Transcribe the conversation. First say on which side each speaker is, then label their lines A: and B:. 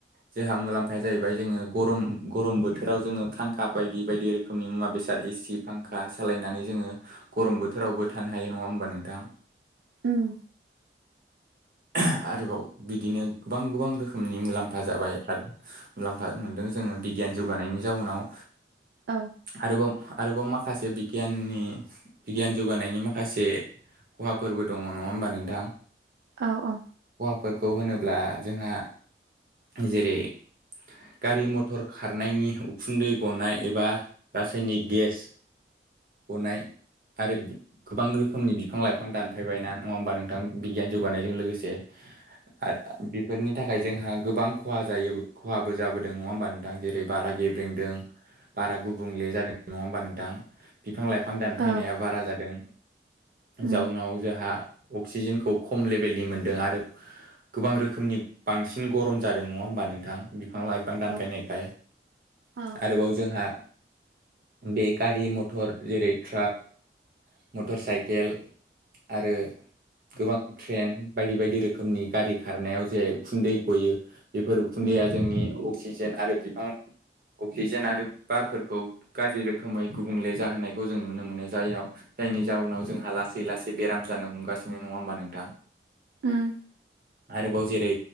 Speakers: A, on the right; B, on the right.
A: जोंहा मुलाम्फाया जाहैबाय फाय जोङो गरम गरम बोथोर बोथोराव जोङो फांखा बायदि बायदि रोखोमनि मुवा बेसाद एसि फांखा सालायनानै जोङो गरम बोथोर फोरावबो थानो हायो नङा होमबा नोंथां?
B: उम
A: <inaudible> आरोबाव बिदिनो गोबां गोबां रोखोमनि मुलाम्फा जाबाय आरो मुलाम्फा मोन्दों जोङो बिगियान जौगानायनि जाउनाव
B: औ
A: आरोबाव आरोबाव माखासे बिगियाननि बिगियान जौगानायनि माखासे खहा फोरबो दङ नङा होमबा नोंथां
B: औ औ
A: फोरखौ होनोब्ला जोंहा जेरै गारि मथरखो खारनायनि उखुन्दै गनाय एबा रासायनिक गेस गनाय आरो गोबां रोखोमनि बिफां लाइफां दानफायबाय ना नङा होमबा नोंथां? बिगियान जौगानायजों लोगोसे आरो बेफोरनि थाखाय जों जोंहा गोबां खहा जायो खहाबो जाबोदों नङा होमबा नोंथां जेरै बारा गेब्रेंदों बारा गुबुंले जादों नङा होमबा नोंथां बिफां लाइफां दानफानाया
B: औ
A: बारा जादों
B: उम
A: जाउनाव जोंहा अक्सिजेनखौ खम लेभेलनि मोनदों आरो गोबां रोखोमनि बांसिन गरम जादों नङा होमबा नोंथां? बिफां लाइ बिइफां दानफायनायखाय
B: औ औ
A: आरोबाव जोंहा बे गारि मथर जेरै ट्राक मटर साइकेल आरो गोबां ट्रेन बायदि बायदि रोखोमनि गारि खारनायाव जे उखुन्दै गयो बेफोर उखुन्दैया
B: उम
A: जोंनि अक्सिजेन आरो बिफां अक्सिजेन आरो बारफोरखौ गाज्रि रोखोमै गुबुंले जाहोनायखौ जों नुनो मोनो जायनाव जायनि जाउनाव जोंहा लासै लासै बेराम जानो हमगासिनो नङा होमबा नोंथां
B: उम
A: आरोबाव जेरै